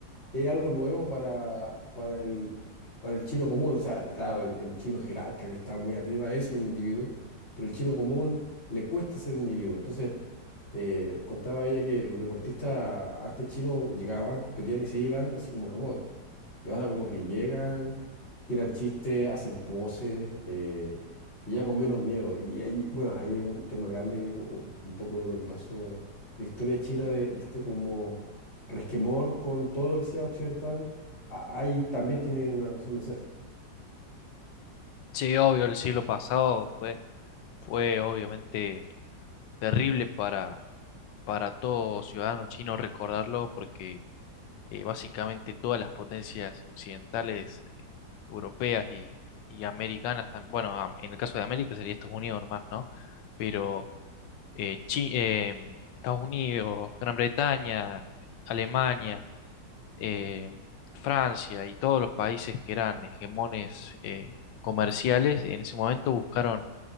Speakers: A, on the left; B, on the left.
A: es algo nuevo para, para el, para el chino común. O sea, claro, el, el chino jerarca que está muy arriba es un individuo, pero el chino común le cuesta ser individuo. Entonces, eh, contaba ella que los deportistas antes chinos llegaban, competían y se iban así como robots. Y ahora como que llegan, tiran chistes, hacen poses, eh, y ya con menos miedo. Y, ahí- bueno, ahí es un tema grande, que u- un poco de lo que pasó, la historia de China, de, de este como resquemor con todo lo que sea occidental, a- ahí también tiene una razón de ser.
B: Sí, obvio, el siglo pasado fue, fue obviamente terrible para, para todo ciudadano chino recordarlo porque eh, básicamente todas las potencias occidentales, eh, europeas y, y americanas, tam- bueno, am- en el caso de América sería Estados Unidos nomás, ¿no? Pero eh, Chi- eh, Estados Unidos, Gran Bretaña, Alemania, eh, Francia y todos los países que eran hegemones eh, comerciales, en ese momento buscaron